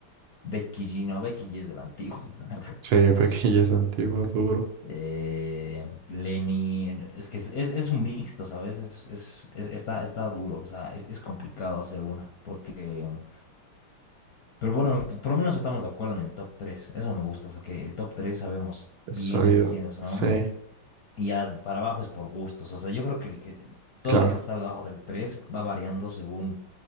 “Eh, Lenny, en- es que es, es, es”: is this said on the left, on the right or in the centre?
Left